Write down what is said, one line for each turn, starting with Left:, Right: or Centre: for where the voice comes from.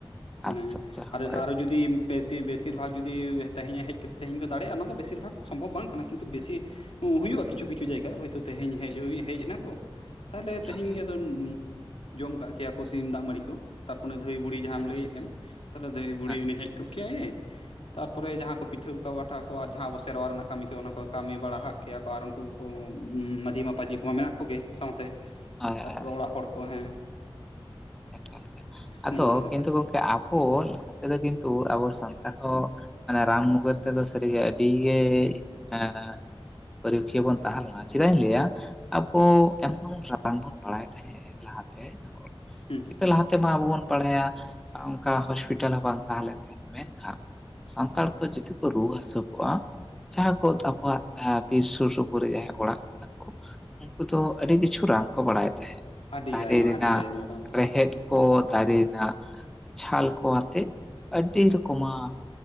Left: ᱢᱟᱱᱮ
Centre: ᱟᱪᱪᱷᱟ ᱟᱪᱪᱷᱟ
Left: ᱟᱨᱮ,
Centre: ᱦᱳᱭ
Left: ᱟᱨᱚ ᱡᱩᱫᱤᱢ ᱵᱮᱥᱤ ᱵᱮᱥᱤᱨ ᱵᱷᱟᱜᱽ ᱡᱩᱫᱤ ᱛᱮᱦᱮᱧᱮ ᱦᱮᱡ ᱠᱟᱛᱮ ᱛᱮᱦᱮᱧ ᱜᱮ ᱫᱟᱲᱮᱭᱟᱜᱼᱟ ᱚᱱᱟ ᱫᱚ ᱵᱮᱥᱤᱨ ᱵᱷᱟᱜᱽ ᱥᱚᱢᱵᱷᱚᱵᱽ ᱵᱟᱝ ᱠᱟᱱᱟ ᱠᱤᱱᱛᱩ ᱵᱮᱥᱤ ᱩᱸ ᱦᱩᱭᱩᱜᱼᱟ ᱠᱤᱪᱷᱩ ᱠᱤᱪᱷᱩ ᱡᱟᱭᱜᱟ ᱨᱮ ᱦᱚᱭᱛᱳ ᱛᱮᱦᱮᱧ ᱦᱮᱡ ᱦᱩᱭ ᱦᱮᱡ ᱮᱱᱟᱠᱚ ᱛᱟᱦᱞᱮ ᱛᱮᱦᱮᱧ
Centre: ᱦᱳᱭ
Left: ᱜᱮ ᱟᱫᱚᱧ <unintelligible> ᱡᱚᱢ ᱠᱟᱜ ᱠᱮᱭᱟ ᱠᱚ ᱥᱤᱢ ᱫᱟᱜ ᱢᱟᱹᱲᱤ ᱠᱚ ᱛᱟᱨᱯᱚᱱᱮ ᱩᱱᱤ ᱫᱷᱟᱹᱭ ᱵᱩᱲᱤ ᱡᱟᱦᱟᱸᱢ
Centre: ᱟᱪᱪᱷᱟ
Left: ᱞᱟᱹᱭᱮᱜ
Centre: ᱟᱪᱪᱷᱟ
Left: ᱮᱢ ᱛᱟᱦᱚᱞᱮ ᱫᱷᱟᱹᱭ ᱵᱩᱲᱦᱤ
Centre: ᱦᱮᱸ ᱦᱮᱸ
Left: ᱩᱱᱤ ᱦᱮᱜ ᱠᱚᱜ ᱠᱮᱭᱟᱭᱮ ᱛᱟᱨᱯᱚᱨᱮ ᱡᱟᱦᱟᱸ ᱠᱚ ᱯᱤᱴᱷᱟᱹ ᱠᱚ ᱵᱟᱴᱷᱟ ᱠᱚ ᱟᱨ ᱡᱟᱦᱟᱸ ᱟᱵᱚ ᱥᱮᱨᱣᱟ ᱨᱮᱱᱟᱜ ᱠᱟᱹᱢᱤ ᱠᱚ ᱚᱱᱟ ᱠᱚ ᱠᱟᱹᱢᱤ ᱵᱟᱲᱟ ᱦᱟᱜ ᱠᱮᱭᱟ ᱠᱚ ᱟᱨ ᱩᱱᱠᱩ ᱠᱚ <unintelligible> ᱢᱟᱹᱡᱷᱤ ᱢᱟᱯᱟᱡᱷᱤ ᱠᱚ ᱢᱟ ᱢᱮᱱᱟᱜ ᱠᱚᱜᱮ ᱥᱟᱶᱛᱮ
Centre: ᱦᱳᱭ
Left: ᱛᱟᱨᱯᱚᱨᱮ
Centre: ᱦᱳᱭ
Left: ᱚᱲᱟᱜ ᱦᱚᱲ ᱠᱚ ᱦᱮᱸ
Centre: ᱮᱠᱟᱞ ᱮᱠᱟᱞ, ᱟᱫᱚ
Left: ᱱᱤᱝᱠᱟᱹ ᱞᱮᱠᱟ
Centre: ᱠᱤᱱᱛᱩ ᱜᱚᱝᱠᱮ ᱟᱵᱚ
Left: ᱦᱮᱸ
Centre: ᱞᱟᱦᱟ ᱛᱮᱫᱚ ᱠᱤᱱᱛᱩ ᱟᱵᱚ ᱥᱟᱱᱛᱟᱲ ᱦᱚᱸ, ᱢᱟᱱᱮ ᱨᱟᱱ ᱢᱩᱜᱟᱨ ᱛᱮᱫᱚ ᱥᱟᱹᱨᱤᱜᱮ ᱟᱹᱰᱤ ᱜᱮ ᱟᱸ ᱯᱟᱹᱨᱤᱠᱷᱤᱭᱟᱹ ᱵᱚᱱ ᱛᱟᱦᱮᱸ ᱞᱮᱱᱟ ᱪᱮᱫᱟᱜ ᱤᱧ ᱞᱟᱹᱭᱟ ᱟᱵᱚ ᱮᱢᱚᱱ ᱮᱢᱚᱱ ᱨᱟᱱ ᱵᱚᱱ ᱵᱟᱲᱟᱭ ᱛᱟᱦᱮᱸᱫ ᱞᱟᱦᱟᱛᱮ ᱦᱚᱲ᱾
Left: ᱦᱩᱸ
Centre: ᱞᱟᱦᱟᱛᱮᱢᱟ ᱟᱵᱚ ᱵᱚᱱ ᱵᱟᱲᱦᱟᱭᱟ ᱚᱱᱠᱟ ᱦᱚᱥᱯᱤᱴᱟᱞ ᱦᱚᱸ ᱵᱟᱝ ᱛᱟᱦᱮᱸ ᱞᱮᱱ ᱛᱟᱦᱮᱸ ᱢᱮᱱᱠᱷᱟᱱ ᱥᱟᱱᱛᱟᱲ ᱠᱚ ᱡᱩᱫᱤ ᱠᱚ ᱨᱩᱣᱟᱹ ᱦᱟᱹᱥᱩ ᱠᱚᱜ-ᱟ ᱡᱟᱦᱟᱸ ᱠᱚ ᱟᱠᱚᱭᱟᱜ ᱵᱤᱨ ᱥᱩᱨ ᱥᱩᱯᱩᱨ ᱨᱮ ᱡᱟᱦᱟᱸᱭ ᱚᱲᱟᱜ ᱛᱟᱠᱚ ᱩᱱᱠᱩ ᱫᱚ ᱟᱹᱰᱤ ᱠᱤᱪᱷᱩ ᱨᱟᱱ ᱠᱚ ᱵᱟᱲᱟᱭ ᱛᱟᱦᱮᱜ
Left: ᱟᱹᱰᱤ
Centre: ᱫᱟᱨᱮ
Left: ᱟᱭᱢᱟ
Centre: ᱨᱮᱱᱟᱜ
Left: ᱟᱹᱰᱤ ᱟᱭᱢᱟ ᱨᱟᱱ ᱠᱚ
Centre: ᱨᱮᱦᱮᱫ
Left: ᱦᱮᱸ
Centre: ᱪᱮᱫ ᱠᱚ ᱫᱟᱨᱮᱱᱟ ᱪᱷᱟᱞ ᱠᱚ ᱟᱛᱮᱫ ᱟᱹᱰᱤ ᱨᱚᱠᱚᱢᱟᱜ